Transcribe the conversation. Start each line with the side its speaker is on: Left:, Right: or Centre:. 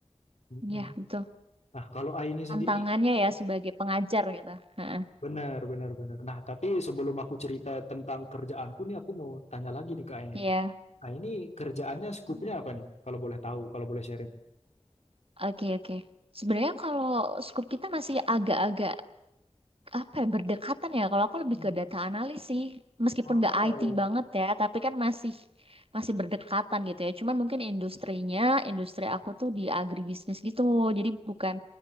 Left: Mm-mm.
Right: ya betul.
Left: Nah kalau Aini
Right: tantangannya
Left: sendiri,
Right: ya sebagai pengajar gitu. Heeh.
Left: bener bener bener. Nah tapi sebelum aku cerita tentang kerjaanku nih, aku mau tanya lagi nih ke Aini.
Right: Iya.
Left: Aini kerjaannya skupnya
Right: Mm.
Left: apa nih? Kalau boleh tahu, kalau boleh sharing.
Right: Oke, oke. Sebenarnya kalau scoop kita masih agak-agak apa ya berdekatan ya. Kalau aku lebih
Left: Hmm.
Right: ke data analis sih. Meskipun
Left: Wow,
Right: nggak IT banget ya, tapi kan masih masih berdekatan gitu ya. Cuman mungkin industrinya, industri aku tuh di agribisnis gitu. Jadi bukan